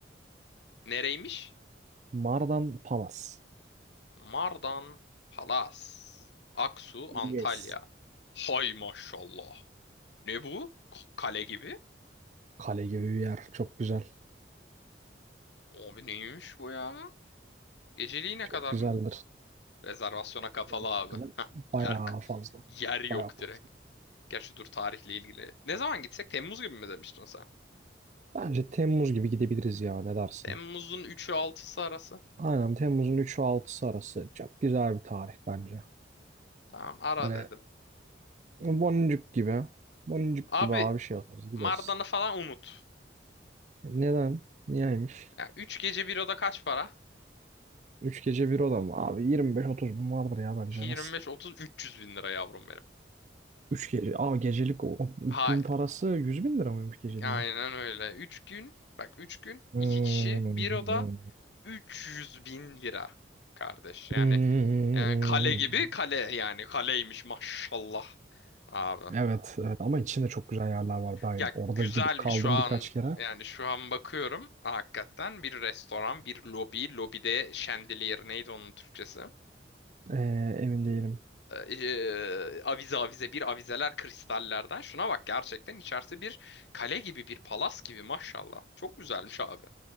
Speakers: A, on the left; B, on the right.
A: Nereymiş?
B: Mardan Palace.
A: Mardan Palas. Aksu, Antalya.
B: Yes.
A: Hay maşallah. Ne bu? K- Kale gibi.
B: Kale gibi bir yer. Çok güzel.
A: Abi neymiş bu ya? Geceliği ne
B: Çok
A: kadar
B: güzeldir.
A: mı? Rezervasyona kapalı
B: Ne
A: abi.
B: kadar?
A: <laughs> Yer,
B: Bayağı fazla.
A: yer yok
B: Bayağı fazla.
A: direkt. Gerçi dur tarihle ilgili. Ne zaman gitsek? Temmuz gibi mi demiştin sen?
B: Bence Temmuz gibi gidebiliriz ya. Ne dersin?
A: Temmuz'un üçü altısı arası.
B: Aynen Temmuz'un 3'ü 6'sı arası. Çok güzel bir tarih bence.
A: Tamam ara
B: Hani
A: dedim.
B: boncuk gibi. Boncuk
A: Abi
B: gibi abi şey yaparız gideriz.
A: Mardan'ı falan unut.
B: Neden? Niyeymiş?
A: Ya 3 gece bir oda kaç para?
B: 3 gece bir oda mı? Abi yirmi beş otuz bin vardır ya bence
A: 25
B: nasıl?
A: 30 300 bin lira yavrum benim.
B: 3 gece. Aa gecelik o, o
A: Hayır,
B: gün parası 100 bin lira mıymış geceliğe?
A: aynen öyle. 3 gün bak 3 gün
B: Hmm.
A: 2 kişi bir oda 300 bin lira kardeş. Yani,
B: Hmm.
A: yani kale gibi kale yani kaleymiş maşallah abi.
B: Evet, evet ama içinde çok güzel yerler var. Ben
A: Ya
B: orada
A: güzelmiş
B: gidip kaldım
A: şu an
B: birkaç kere.
A: yani şu an bakıyorum hakikaten bir restoran bir lobi lobide şendeliyer neydi onun Türkçesi?
B: Ee, emin değilim.
A: Ee, avize avize bir avizeler kristallerden. Şuna bak gerçekten içerisi bir kale gibi bir palas gibi maşallah. Çok güzelmiş abi.